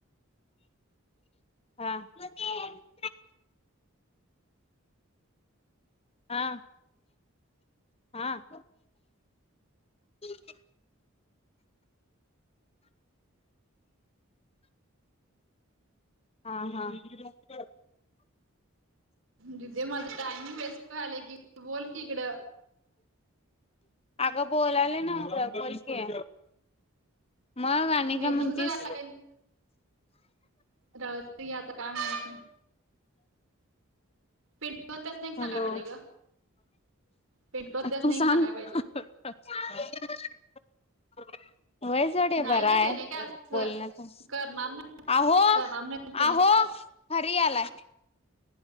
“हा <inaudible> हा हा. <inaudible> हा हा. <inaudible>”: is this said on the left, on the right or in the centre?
Left